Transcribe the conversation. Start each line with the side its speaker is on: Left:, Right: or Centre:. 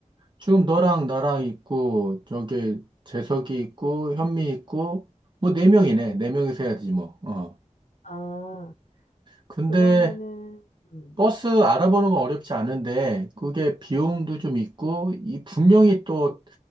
Right: 지금 너랑 나랑 있고, 저기 재석이 있고, 현미 있고, 뭐 네 명이네.
Left: 음.
Right: 네 명이서 해야지 뭐. 어.
Left: 아,
Right: 근데
Left: 그러면은, 음,
Right: 버스 알아보는 건 어렵지 않은데, 그게 비용도
Left: 음.
Right: 좀 있고, 이 분명히 또
Left: 음.